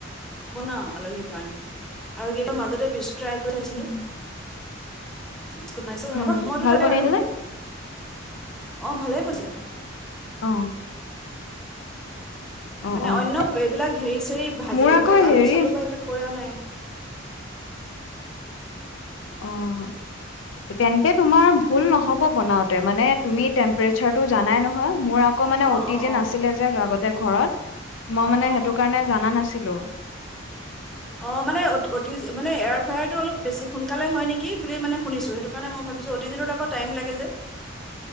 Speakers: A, in the centre; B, on the left.
A: বনাও আলহীৰ কাৰণে, আৰু কেতিয়াবা মাজতে বিস্কুত ট্ৰাই কৰি চাইছিলো।
B: উম,
A: বনাইছো,
B: উম
A: অকমান সময়তো
B: ভাল
A: লাগে
B: বনিল
A: আৰু,
B: নে?
A: অ' ভালেই বনিছে।
B: অ'। অ',
A: মানে
B: অ',
A: অন্য এইবিলাক হেৰি চেৰি ভাজি
B: মোৰ আকৌ
A: বিলাক আলু
B: হেৰি
A: চালু বা সেইবিলাক কৰা নাই।
B: অ', তেন্তে তোমাৰ ভুল নহ'ব বনাওতে। মানে তুমি টেম্প্ৰেচাৰটো জানাই নহয়? মোৰ আকৌ মানে অ'
A: অঁ
B: টি
A: অঁ
B: জি
A: অঁ
B: নাছিলে যে আগতে ঘৰত। মই
A: অঁ
B: মানে সেইটো কাৰণে জানা নাছিলো।
A: অ', মানে অ' মানে এয়াৰ ফ্ৰায়াৰটো অলপ বেছি সোনকালে হয় নেকি বুলি মানে শুনিছো সেইটো। কাৰণে মই ভাবিছো অ' টি জিটোত আকৌ টাইম লাগে যে।